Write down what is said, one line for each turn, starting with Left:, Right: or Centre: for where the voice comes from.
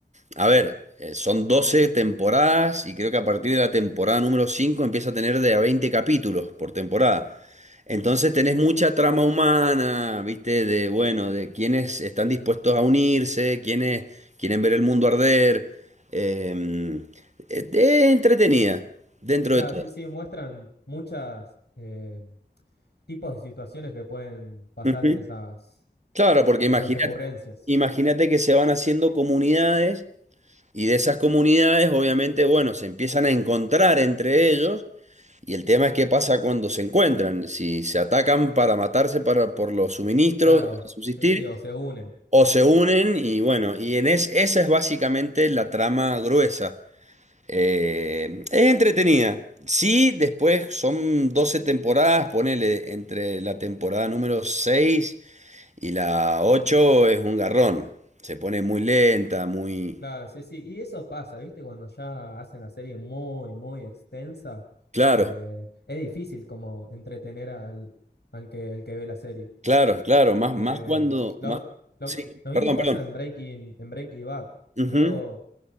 Right: A ver, eh, son 12 temporadas y creo que a partir de la temporada número 5 empieza a tener de a 20 capítulos por temporada. Entonces tenés mucha trama humana, ¿viste? De, bueno, de quienes están dispuestos a unirse, quienes quieren ver el mundo arder. eh, eh, de entretenida, dentro
Left: Claro,
Right: de todo.
Left: sí, sí, muestran muchas eh, tipos de situaciones que pueden pasar
Right: Ujú.
Left: en esas,
Right: Claro, porque
Left: en
Right: imagínate,
Left: esas ocurrencias.
Right: imagínate que se van haciendo comunidades Y de esas comunidades, obviamente, bueno, se empiezan a encontrar entre ellos. Y el tema es qué pasa cuando se encuentran, si se atacan para matarse para, por los suministros,
Left: Claro,
Right: para subsistir,
Left: sí, sí, o se unen.
Right: o se unen y bueno, y en es, esa es básicamente la trama gruesa. Eh, es entretenida. Sí, después son 12 temporadas, ponele entre la temporada número 6 y la 8 es un garrón. Se pone muy lenta, muy...
Left: Claro, sí, sí. Y eso pasa, ¿viste? Cuando ya hacen la serie muy, muy extensa,
Right: Claro,
Left: eh, es difícil como entretener al, al que, el que ve la serie.
Right: Claro, claro, más,
Left: Eh,
Right: más cuando,
Left: lo,
Right: más,
Left: lo-
Right: sí,
Left: lo
Right: perdón,
Left: mismo pasa
Right: perdón.
Left: en Breaking, en Breaking Bad. Yo
Right: Ujú,